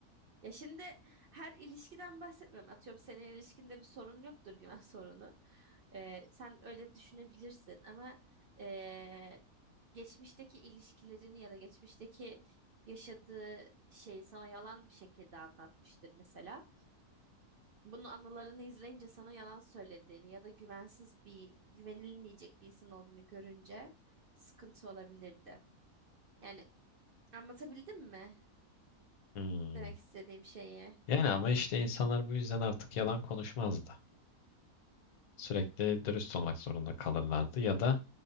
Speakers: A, on the right; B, on the left.
A: Ya şimdi her ilişkiden bahsetmiyorum. Atıyorum senin ilişkinde bir sorun yoktur güven <laughs> sorunu. Ee, sen öyle düşünebilirsin ama ee, geçmişteki ilişkilerini ya da geçmişteki yaşadığı şeyi sana yalan bir şekilde anlatmıştır mesela. Bunun anılarını izleyince sana yalan söylediğini ya da güvensiz bir, güvenilmeyecek bir insan olduğunu görünce sıkıntı olabilirdi. Yani anlatabildim mi
B: Hmm.
A: demek istediğim şeyi?
B: Yani ama işte insanlar bu yüzden artık yalan konuşmazdı. sürekli dürüst olmak zorunda kalırlardı ya da